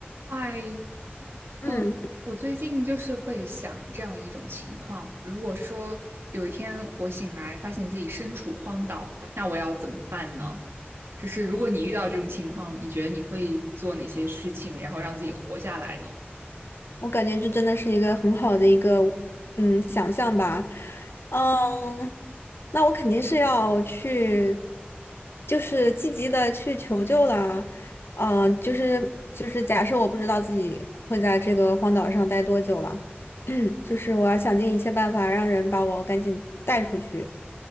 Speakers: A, on the right (about 75°); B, on the left (about 70°).
A: 嗨，
B: 嗯，
A: 呃，我最近就是会想这样一种情况：如果说有一天我醒来发现自己身处荒岛，那我要怎么办呢？就是如果你遇到这种情况，你觉得你会做哪些事情，然后让自己活下来呢？
B: 我感觉这真的是一个很好的一个嗯想象吧，嗯，那我肯定是要去，就是积极的去求救啦，嗯，就是就是假设我不知道自己会在这个荒岛上待多久了，<clears throat> 就是我要想尽一切办法让人把我赶紧带出去，